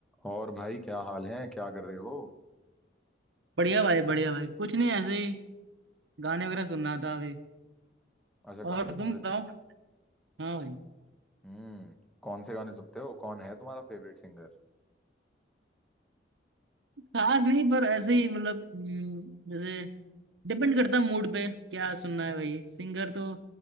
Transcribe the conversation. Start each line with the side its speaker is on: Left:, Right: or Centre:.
Centre: और भाई क्या हाल है क्या कर रहे हो
Right: बढ़िया भाई बढ़िया भाई कुछ नहीं ऐसे ही गाने वगैरह सुन रहा था अभी
Centre: अच्छा
Right: और
Centre: गाने सुन
Right: तुम
Centre: रहे
Right: बताओ
Centre: थे
Right: हाँ भाई
Centre: हम्म कौन से गाने सुनते हो कौन है तुम्हारा फेवरेट सिंगर
Right: खास नहीं पर ऐसे ही मतलब हम्म, जैसे डिपेंड करता है मूड पे क्या सुनना है भाई सिंगर तो